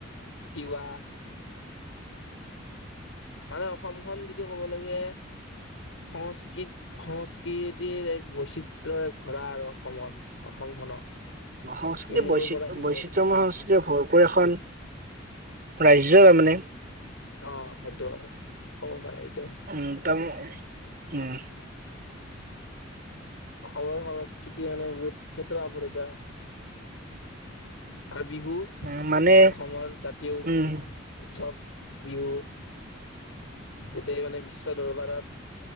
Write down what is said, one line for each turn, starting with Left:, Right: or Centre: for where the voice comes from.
Left: তিৱা মানে অসমখন যদি ক'ব লাগে সংস্কৃত সংস্কৃতিৰ এক বৈচিত্ৰয়ৰ এক ভৰা আৰু অসমত অসমখনক।
Right: সংস্কৃতিৰ
Left: ইমূৰৰ
Right: বৈচিত্ৰ
Left: পৰা সিমূৰলৈকে
Right: বৈচিত্ৰ্য সংস্কৃতিৰ ভৰপূৰ এখন ৰাজ্য তাৰ মানে
Left: অঁ সেইটো হয়, হ'ব পাৰে। এইটো
Right: উ ত উম
Left: সহ-সংস্কৃতি মানে বহুত ক্ষেত্ৰ আপৰিকা হয় আ বিহু
Right: উ মানে
Left: অসমৰ জাতীয়
Right: উম
Left: উৎসৱ, বিহু গোটেই মানে বিশ্ব দৰবাৰত,